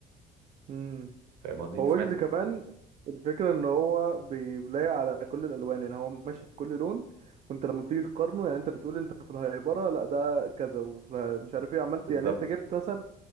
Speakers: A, on the right; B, on the right.
A: هو
B: فاهم قصدي انت
A: هو
B: سمعت
A: ويجز كمان الفكرة ان هو بيلاقي على كل الالوان يعني هو ماشي في كل لون وانت لما بتيجي تقارنه يعني انت بتقول انت في الهيبرة لا ده كذا وفي الهي- مش عارف ايه عملت
B: بالظبط
A: يعني انت جبت مثلا